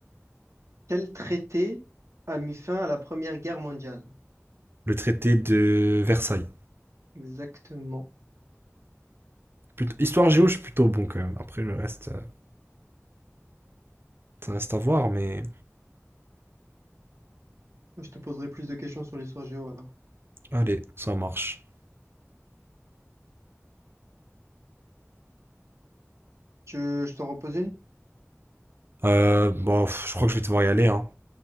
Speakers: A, on the right; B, on the right.
A: Quel traité a mis fin à la Première Guerre mondiale?
B: Le traité de Versailles.
A: Exactement.
B: Plut- Histoire géo, je suis plutôt bon quand même. Après, le reste, euh, ça reste à voir, mais
A: Je te poserai plus de questions sur l'histoire géo alors.
B: allez, ça marche.
A: Tu, je t'en repose une?
B: Euh, bon, pff, je crois que je vais devoir y aller, hein.